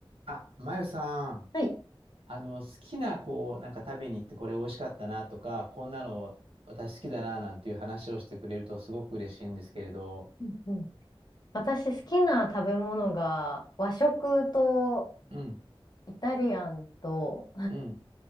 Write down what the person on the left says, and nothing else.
はい
うんうん私好きな食べ物が和食と
イタリアンと、